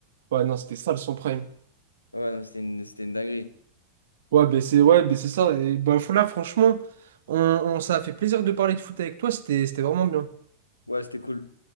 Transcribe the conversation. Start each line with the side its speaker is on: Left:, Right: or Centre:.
Right: Ouais, non, c'était ça le sans prime.
Left: Ouais, non, mais c'était une, c'était une dinguerie.
Right: Ouais, ben c'est ouais, ben c'est ça. Et ben, là, franchement, on, on- ça a fait plaisir de parler de foot avec toi. C'était, c'était vraiment bien.
Left: Ouais, c'était cool.